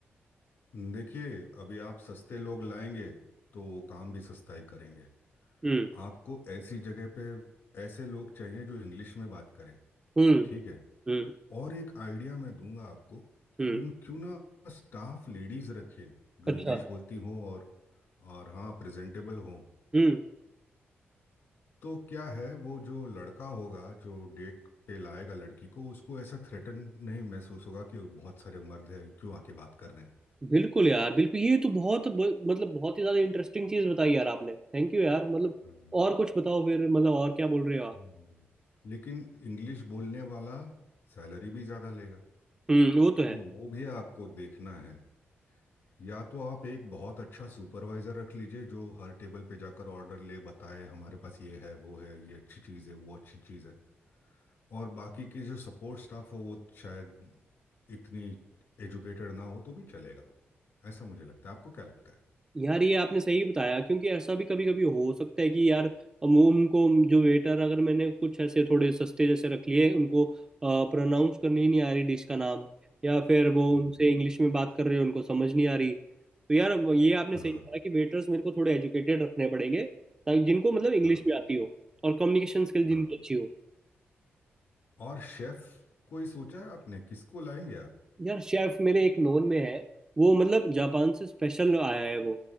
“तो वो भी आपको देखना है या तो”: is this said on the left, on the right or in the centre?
Left